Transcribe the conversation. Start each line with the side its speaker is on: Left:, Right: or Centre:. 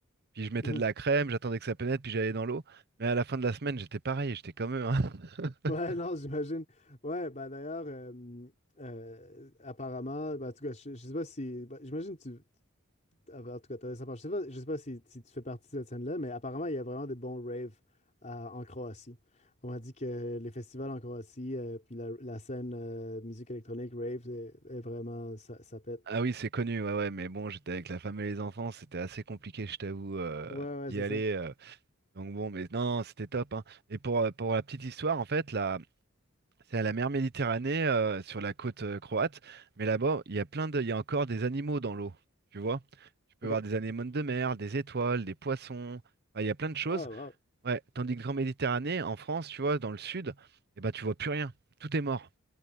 Right: Puis je mettais
Left: Mm-hmm.
Right: de la crème, j'attendais que ça pénètre, puis j'allais dans l'eau. Mais à la fin de la semaine, j'étais pareil, j'étais comme eux, hein. <laughs>
Left: Ouais, non, j'imagine. Ouais, ben d'ailleurs, euh, euh, apparemment, ben, en tout cas, je, je sais pas si. ben, j'imagine que tu. ah, ben, En tout cas, t'as ça, je sais pas, je sais pas si, si tu fais partie de cette scène-là, mais apparemment, il y a vraiment des bons raves à- en Croatie. On m'a dit que les festivals en Croatie, euh, puis la, la scène euh, musique électronique, rave, est, est vraiment. Ça, ça pète.
Right: Ah oui, c'est connu, ouais, ouais, mais bon, j'étais avec la femme et les enfants, c'était assez compliqué, je t'avoue, euh,
Left: Ouais, ouais,
Right: d'y
Left: c'est
Right: aller.
Left: ça.
Right: euh. donc bon, mais non, c'était top, hein. Et pour, euh, pour la petite histoire, en fait, là, c'est à la mer Méditerranée, euh, sur la côte euh, croate, mais là-bas, il y a plein de, il y a encore des animaux dans l'eau, tu vois. Tu peux
Left: OK.
Right: voir des anémones de mer, des étoiles, des poissons, Enfin, il y a plein de choses.
Left: Oh, wow.
Right: Ouais, tandis que Grand Méditerranée, en France, tu vois, dans le sud, eh ben, tu vois plus rien. Tout est mort.